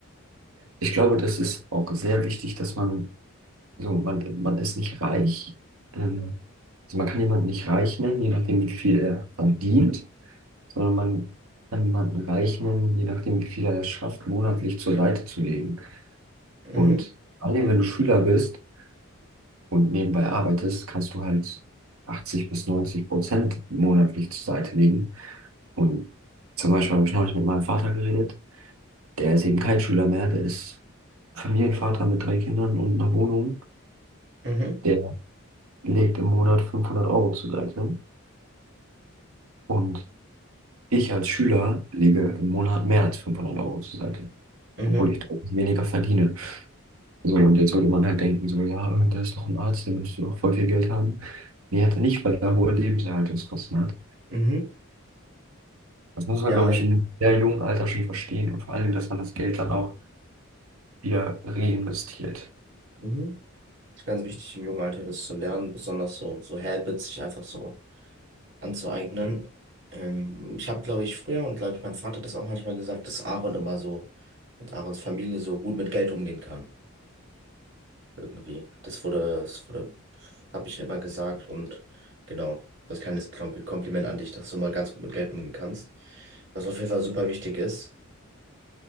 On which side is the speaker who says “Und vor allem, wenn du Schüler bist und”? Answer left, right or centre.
Right